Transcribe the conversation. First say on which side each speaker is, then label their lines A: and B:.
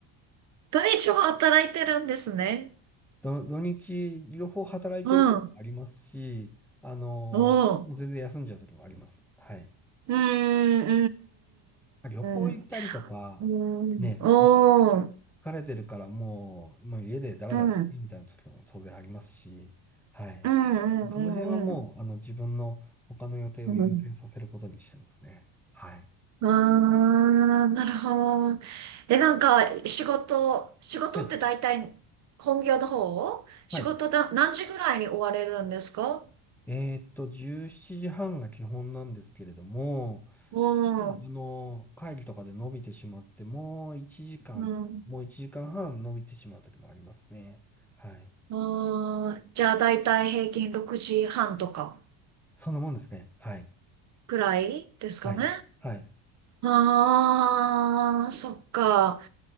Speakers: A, on the right; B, in the centre.
A: 土日は働いてるんですね。
B: ど土日、両方働いてる時もありますし、
A: うん。
B: あの、
A: おう。
B: もう全然休んじゃう時もあります。はい。
A: うーん、
B: 旅行行ったりとか、
A: うん、うん、うん、うん。うん。うん。
B: ね、
A: おー。
B: 疲れてるからもう、もう家でダラダラしてみたいな時も当然ありますし、
A: うん。
B: はい。
A: うん、うん、
B: その辺はもう、
A: うん、うん。
B: あの、自分の他の予定を優先させることにしてますね。
A: うん
B: はい。
A: あー、なるほど。え、なんか、仕事、仕事って大体、
B: はい。
A: 本業の方仕事だ、
B: はい
A: 何時ぐらいに終われるんですか
B: えーっと、17時半が基本なんですけれども、
A: う
B: ああの、
A: ん。
B: 会議とかで伸びてしまって、もう1時間、
A: うん。
B: もう1時間半伸びてしまう時もありますね。はい。
A: あー、じゃあ大体平均6時半とか
B: そんなもんですね。はい。
A: ぐらいですかね。
B: はい。はい。
A: ああ、そっか。